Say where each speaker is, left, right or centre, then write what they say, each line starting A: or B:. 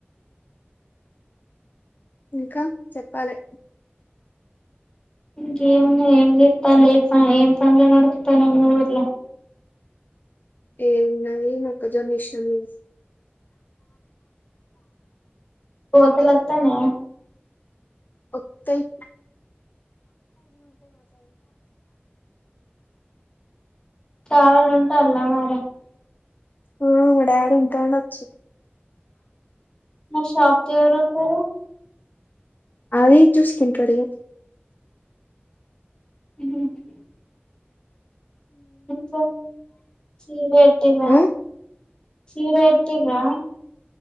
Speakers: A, on the left; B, on the left.
A: ఇంకా చెప్పాలే
B: ఎంకేమున్నది. ఏం చేత్తన్లు ఎ పని ఏం పనులు నడుస్తున్నాయి మీ ఊర్ల
A: ఏ ఉన్నది మొక్కజొన్న యేసినము
B: కోతులు అత్తాన్నయా
A: ఓత్తయి.
B: కావాలి ఉంటాన్ల మరి
A: ఆ మా డాడీ ఉంటాడొచ్చు
B: మరి షాప్ కి ఎవరు పోతారు
A: అది చూసి తింటాడు
B: మ్మ్ ఇంకా చీర పెట్టిర్ర
A: ఆ
B: చీర పెట్టిర్రా